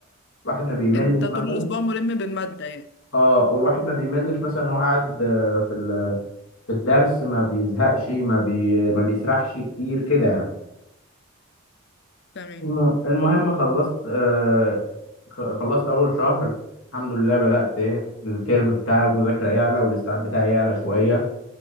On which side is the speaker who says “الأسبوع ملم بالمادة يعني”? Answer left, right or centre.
Left